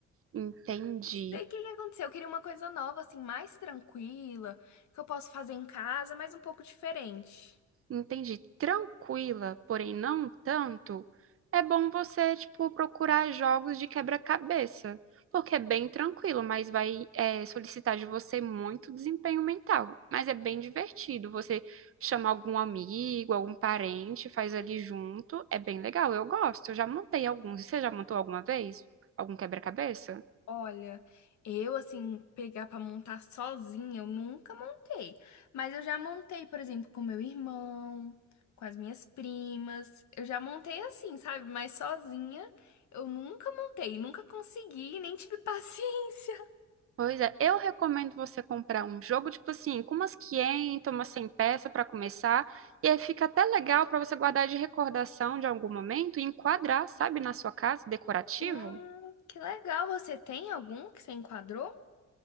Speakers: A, on the right; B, on the left.
A: entendi.
B: Sei o que que aconteceu. Eu queria uma coisa nova, assim, mais tranquila, que eu posso fazer em casa, mas um pouco diferente.
A: entendi, tranquila, porém não tanto, é bom você, tipo, procurar jogos de quebra-cabeça, porque é bem tranquilo, mas vai, é, solicitar de você muito desempenho mental. Mas é bem divertido, você chama algum amigo, algum parente, faz ali junto, é bem legal, eu gosto, eu já montei alguns. Você já montou alguma vez? Algum quebra-cabeça?
B: Olha, eu, assim, pegar pra montar sozinha, eu nunca montei. Mas eu já montei, por exemplo, com meu irmão, com as minhas primas. Eu já montei assim, sabe, mas sozinha. Eu nunca montei, nunca consegui, nem tive <laughs> paciência.
A: Pois é, eu recomendo você comprar um jogo, tipo assim, com umas 500, umas 100 peças para começar, e aí fica até legal para você guardar de recordação de algum momento e enquadrar, sabe, na sua casa, decorativo.
B: Hum, que legal, você tem algum que você enquadrou?